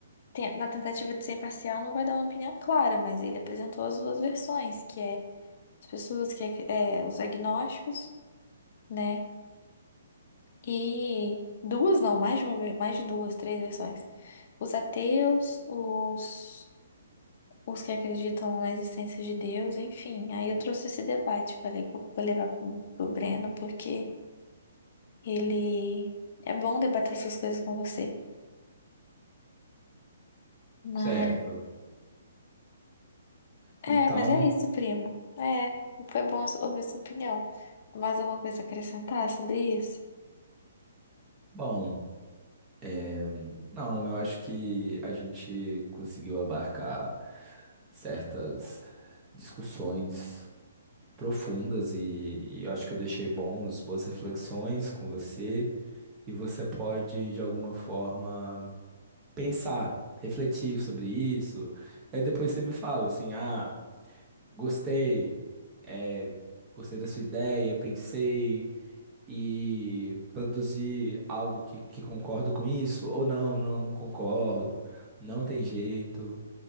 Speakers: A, on the left; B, on the right.
A: Tem- Na tentativa de ser imparcial, não vai dar uma opinião clara, mas ele apresentou as duas versões, que é as pessoas que é, é, os agnósticos, né? E duas, não, mais de uma, ve- mais de duas, três versões. Os ateus, os, os que acreditam na existência de Deus, enfim. Aí eu trouxe esse debate, falei que eu vou levar pro, pro Breno, porque ele é bom debater essas coisas com você. Mas
B: certo.
A: é,
B: Então,
A: mas é isso, primo. É, foi bom ouvir sua opinião. Mais alguma coisa a acrescentar sobre isso?
B: bom, é, não, eu acho que a gente conseguiu abarcar certas discussões profundas e, e eu acho que eu deixei bons, boas reflexões com você e você pode, de alguma forma, pensar, refletir sobre isso. E aí depois você me fala assim, ah. Gostei, é, gostei da sua ideia, pensei e produzi algo que, que concordo com isso, ou não, não, não concordo, não tem jeito,